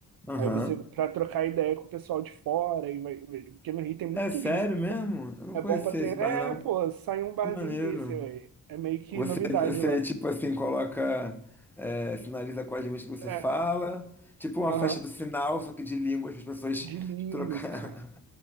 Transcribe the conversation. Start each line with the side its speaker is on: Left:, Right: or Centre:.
Centre: Aham.
Right: Aí você, pra trocar ideia com o pessoal de fora, e vai- vai- porque no Rio tem muito
Centre: É
Right: turista.
Centre: sério mesmo? Eu não
Right: É
Centre: conhecia
Right: bom pra treinar.
Centre: esse bar,
Right: É,
Centre: não.
Right: pô, sai um barzinho
Centre: Que maneiro.
Right: desse, velho. É meio que
Centre: Você,
Right: novidade
Centre: você
Right: lá.
Centre: tipo assim, coloca, é, sinaliza quais línguas que você
Right: É,
Centre: fala. Tipo uma
Right: aham.
Centre: festa do sinal, só que de línguas, para as pessoas
Right: De línguas,
Centre: trocar.
Right: cara.